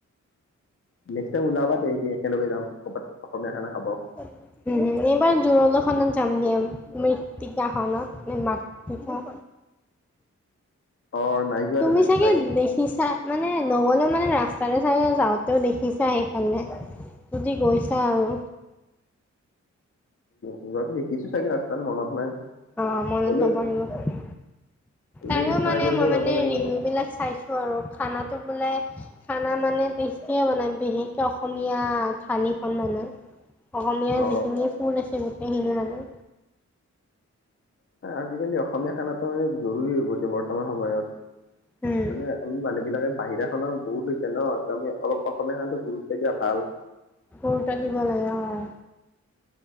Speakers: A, on the left (about 45°); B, in the centre.
A: নেক্সটাইম ওলাবা এইদিন একেলগে যাম। ক'বাত অসমীয়া খানা খাব
B: উম এইবাৰ জোৰলা খনত যাম দে আমি মৃত্তিকা খনত নে মাত্ৰিকা।
A: অ নাই যোৱা
B: তুমি
A: তাতে
B: চাগে
A: যাই
B: দেখিছা মানে নগ'লেও মানে ৰাস্তাৰে চাগে যাওঁতেও দেখিছাই এইফালে । যদি গৈছা আৰু।
A: কবাত দেখিচো চাগে ৰাস্তাত মনত নাই।
B: অহ মনত
A: হ'লেও
B: নপৰিব পাৰে, আৰু
A: এদিন ট্ৰাই
B: মানে
A: কৰিব
B: মই
A: যাব
B: মানে
A: লাগিব
B: ৰিমো বিলাক চাইছো আৰু খানাটো বোলে খানা মানে টেষ্টিয়ে বনাই বিশেষকে অসমীয়া থালিখন মানে । অসমীয়াৰ
A: অ
B: যিখিনিয় ফুল আছে । এইখিনি মানে।
A: আজিকালি অসমীয়া খানাটো মানে জৰুৰী হৈ পৰিছে বৰ্তমান সময়ত ।
B: উম।
A: মানে আমি মানুহ বিলাকে বাহিৰাখনো বহুত লৈছে ন ত' আমি অলপ অসমীয়া খানাটো গুৰুত্ব দিয়া ভাল।
B: গুৰুত্ব দিব লগা হয়।